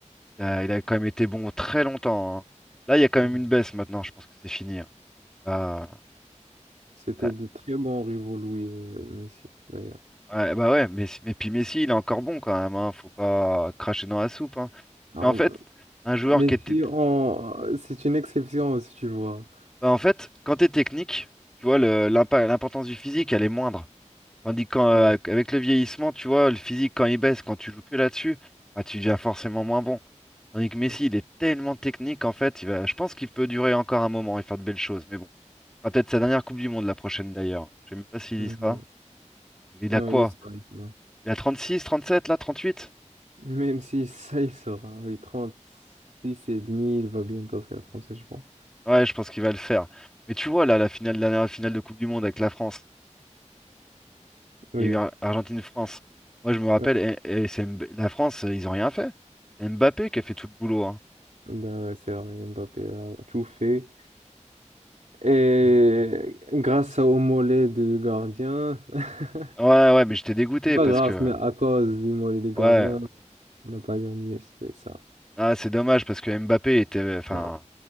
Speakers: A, in the centre; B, on the right.
A: il a, il a quand même été bon très longtemps. hein. Là, il y a quand même
B: Ouais.
A: une baisse maintenant, je pense que c'est fini. hein. Là,
B: C'était
A: là-
B: de très bons rivaux, Louis euh, Messi, d'ailleurs.
A: ouais, bah ouais, mais, mais puis Messi, il est encore bon quand même, hein. Faut pas cracher dans la soupe. hein.
B: Alors,
A: Parce qu'en fait, un joueur
B: mais
A: qui était.
B: si on... C'est une exception, si tu vois.
A: bah, en fait, quand t'es technique, tu vois, le- l'impa- l'importance du physique, elle est moindre. Tandis qu'avec
B: Ouais, c'est-
A: le vieillissement, tu vois, le physique, quand il baisse, quand tu joues que là-dessus, bah, tu deviens forcément moins bon. Tandis que Messi,
B: ouais.
A: il est tellement technique, en fait, il va, je pense qu'il peut durer encore un moment et faire de belles choses. Mais bon, ce sera peut-être sa dernière Coupe du Monde, la prochaine d'ailleurs. Je sais même pas s'il
B: Mm,
A: y sera.
B: oui.
A: Il
B: Non,
A: a quoi?
B: il sort, il sort.
A: Il a 36, 37, là, 38?
B: Même si ça, il sort. hein. Oui, six et demi, il va bientôt faire 37, je pense.
A: Ouais, je pense qu'il va le faire. Mais tu vois, là, la finale, la dernière finale de Coupe du Monde avec la France,
B: Oui.
A: il y a eu Ar- Argentine-France. Moi, je me rappelle,
B: Ouais.
A: et, et c'est Mb- la France, ils ont rien fait. C'est Mbappé qui a fait tout le boulot, hein.
B: Ben ouais, c'est vrai, Mbappé a tout fait. Et grâce au mollet du gardien, <laughs>
A: Ouais, ouais, mais j'étais dégoûté
B: c'est pas
A: parce
B: grâce,
A: que.
B: mais à cause du mollet du gardien,
A: Ouais,
B: on n'a pas gagné, c'est ça.
A: ah, c'est dommage parce que Mbappé était. Enfin,
B: Ah,